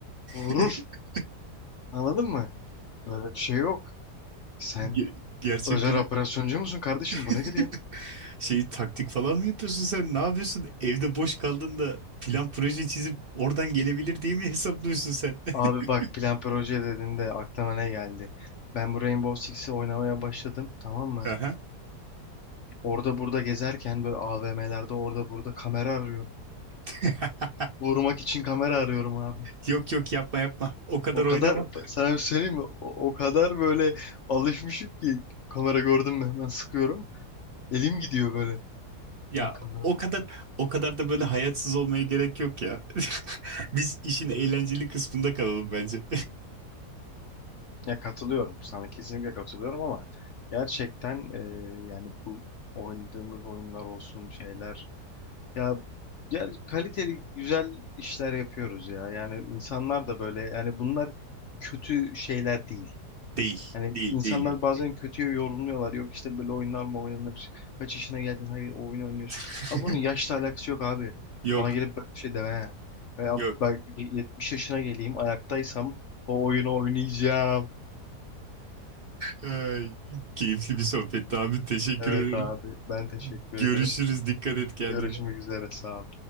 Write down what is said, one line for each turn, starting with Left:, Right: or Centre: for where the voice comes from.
Left: vurur.
Right: <laughs>
Left: Anladın mı? Böyle bir şey yok. Sen
Right: ge- Gerçekten
Left: özel operasyoncu musun kardeşim? Bu
Right: <laughs>
Left: nedir ya?
Right: şey taktik falan mı yapıyorsun sen? Ne yapıyorsun? Evde boş kaldığında plan proje çizip oradan gelebilir diye mi hesaplıyorsun sen?
Left: Abi bak
Right: <laughs>
Left: plan proje dediğinde aklıma ne geldi? Ben bu Rainbow Six'i oynamaya başladım tamam mı?
Right: Aha.
Left: Orada burada gezerken böyle AVM'lerde orada burada kamera arıyorum.
Right: <laughs>
Left: Vurmak için kamera arıyorum abi.
Right: Yok yok yapma yapma. O kadar
Left: O kadar
Right: oynama.
Left: sana bir şey söyleyeyim mi? O, o kadar böyle alışmışım ki kamera gördüm mü hemen sıkıyorum. Elim gidiyor böyle.
Right: Ya
Left: Lan kamera
Right: o kadar o kadar da böyle hayatsız olmaya gerek yok ya. <laughs> Biz işin eğlenceli kısmında kalalım bence.
Left: Ya katılıyorum sana kesinlikle katılıyorum ama gerçekten e, yani bu oynadığımız oyunlar olsun şeyler ya ya kaliteli güzel işler yapıyoruz ya yani insanlar da böyle yani bunlar kötü şeyler değil.
Right: <laughs> Değil,
Left: Hani
Right: değil,
Left: insanlar
Right: değil. değil.
Left: bazen kötüye yorumluyorlar. Yok işte böyle oyunlar mı oynanır? Kaç yaşına geldin? Hayır o oyunu oynuyorsun.
Right: <laughs>
Left: Ha bunun yaşla alakası yok abi.
Right: Yok,
Left: Bana gelip böyle bir şey deme. Veya
Right: yok.
Left: ben 70 yaşına geleyim ayaktaysam o oyunu oynayacağım.
Right: Ay, keyifli bir sohbetti abi. Teşekkür
Left: Evet
Right: ederim.
Left: abi ben teşekkür
Right: Görüşürüz.
Left: ederim.
Right: Dikkat et kendine.
Left: Görüşmek üzere sağ ol.